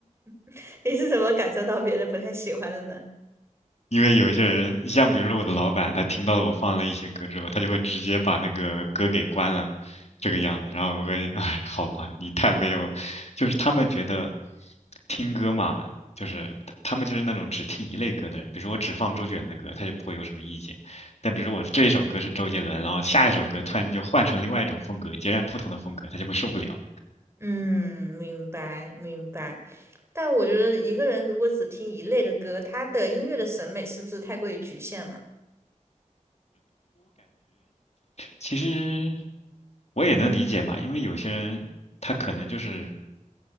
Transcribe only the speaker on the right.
<laughs> 你是怎么感受到别人不太喜欢的呢？
嗯，明白明白。但我觉得一个人如果只听一类的歌，他的音乐的审美是不是太过于局限了？